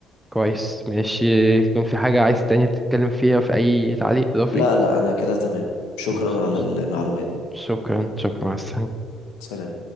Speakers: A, in the centre; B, on the left.
A: كويس ماشي يكون في حاجة عايز تاني تتكلم فيها في اي تعليق اضافي
B: لا لا أنا كده تمام شكرا
A: ماشي
B: على المعلومات
A: شكرا شكرا مع السلامة
B: سلام